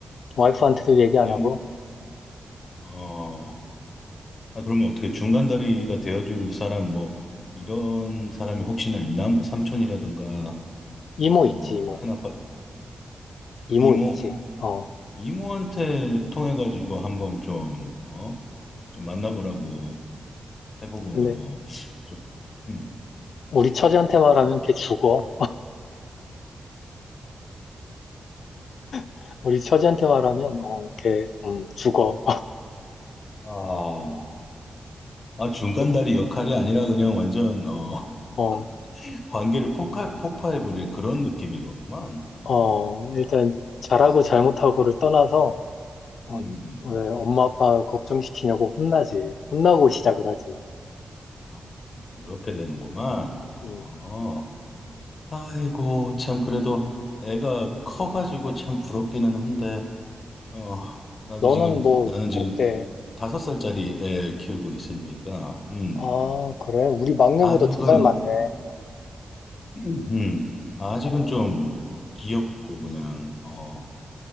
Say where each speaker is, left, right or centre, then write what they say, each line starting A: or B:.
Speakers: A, on the left; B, on the left.
A: 와이프한테도 얘기
B: 애엄
A: 안 하고
B: 어, 아 그러면 어떻게 중간다리가 되어줄 사람 뭐 이런 사람이 혹시나 있나? 뭐 삼촌이라든가 뭐
A: 이모 있지 이모
B: 큰아빠, 어?
A: 이모
B: 이모,
A: 있지. 어
B: 이모한테 통해가지고 한번 좀 어, 좀 만나보라고 해보거나
A: 근데
B: 뭐 좀, 음.
A: 우리 처지한테 말하면 걔 죽어. <laughs> 우리 처지한테 말하면 어걔 음, 죽어.
B: 아, 아, 중간다리
A: <laughs>
B: 역할이 아니라 그냥 완전, 어,
A: 어,
B: <laughs> 관계를 폭파, 폭파해버릴 그런 느낌인 거구만. 어,
A: 어, 일단 잘하고
B: 아,
A: 잘못하고를 떠나서 어,
B: 음,
A: 왜 엄마 아빠 걱정시키냐고 혼나지. 혼나고 시작을 하지 이제.
B: 아, 이렇게 되는구만. 어,
A: 음.
B: 아이고, 참, 그래도 애가 커가지고 참 부럽기는 한데, 어, 나도
A: 너는
B: 지금,
A: 뭐
B: 나는 지금
A: 어때?
B: 다섯 살짜리 애 키우고 있으니까, 음,
A: 아, 그래? 우리 막내보다
B: 아직은,
A: 두 살 많네.
B: <clears throat> 음, 아직은
A: 어,
B: 좀 귀엽고, 그냥, 어,